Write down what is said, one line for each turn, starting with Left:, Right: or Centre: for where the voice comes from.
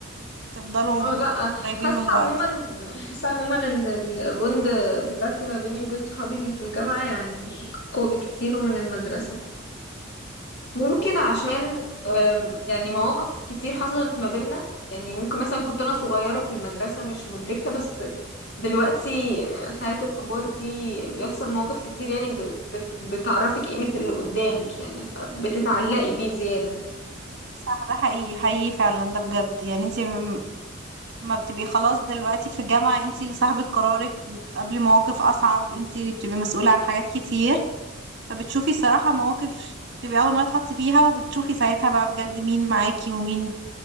Right: تفضلوا
Left: اه لا حاسة
Right: قريبين من بعض
Left: عموما حاسة عموما ان البوند بتاعتي ما بيني وبين صحابي اللي في الجامعة يعني اقوى بكتير من المدرسة ممكن عشان أم، يعني مواقف كتير حصلت ما بيننا يعني ممكن مثلا كنت أنا صغيرة في المدرسة مش مدركة بس دلوقتي حياة الكبار دي بيحصل مواقف كتير يعني ب- بت- بتعرفك قيمة اللي قدامك يعني فبتتعلقي بيه زيادة
Right: صح ده حقيقي حقيقي فعلا ده بجد يعني انتي م- ما بتبقي خلاص دلوقتي في الجامعة انتي اللي صاحبة قرارك بتقابلي مواقف اصعب انتي اللي بتبقي مسؤولة عن حاجات كتير فبتشوفي الصراحة مواقف تبقي اول مرة تحطي فيها وبتشوفي ساعتها بقى بجد مين معاكي ومين